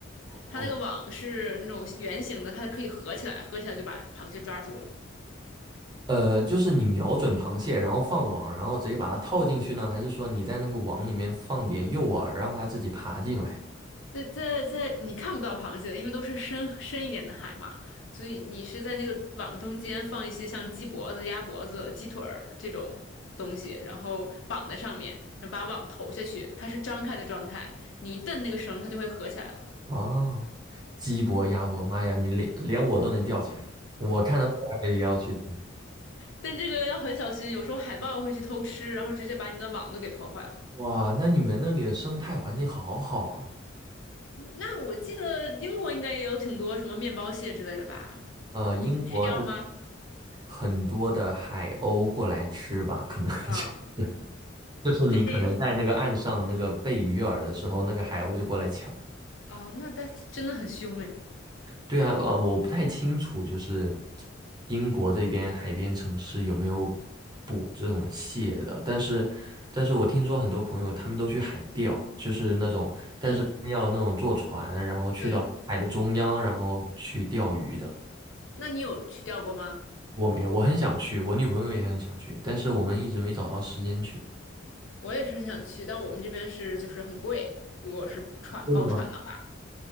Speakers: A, on the right; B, on the left.
A: 哦，
B: 它那个网是那种圆形的，它可以合起来，合起来就把螃蟹抓住了。
A: 呃，就是你瞄准螃蟹，然后放网，然后直接把它套进去呢，还是说你在那个网里面放点诱饵，让它自己爬进来？
B: 在在在，你看不到螃蟹，因为都是深深一点的海嘛，所以你是在那个网中间放一些像鸡脖子、鸭脖子、鸡腿儿这种东西，然后绑在上面，然后把网投下去，它是张开的状态，你一蹬那个绳，它就会合起来了。
A: 哦，鸡脖、鸭脖，妈呀，你连连我都能钓起来，我看到这玩意儿也要去。
B: 但这个要很小心，有时候海豹会去偷吃，然后直接把你的网都给破坏了。
A: 哇，那你们那里的生态环境好好啊！
B: 嗯那我记得英国应该也有挺多什么面包蟹之类的吧？
A: 呃，英国的
B: 你不去钓吗？
A: 很多的海鸥过来吃吧，可能就是
B: 啊，
A: <laughs> 就是你可能在那个岸上那个贝鱼饵的时候，
B: 这边也是。
A: 那个海鸥就过来抢。
B: 啊。那它真的很凶哎。
A: 对啊，呃，我不太清楚，就是英国这边海边城市有没有捕这种蟹的，但是，但是我听说很多朋友他们都去海钓，就是那种，但是他们要那种坐船，
B: 嗯，
A: 然后去到海的中央，
B: 对，
A: 然后去钓鱼的。
B: 那你有去钓过吗？
A: 我没有，我很想去，我女朋友也很想去，但是我们一直没找到时间去。
B: 我也是很想去，但我们这边是就是很贵，如果是船包船的话，
A: 贵吗？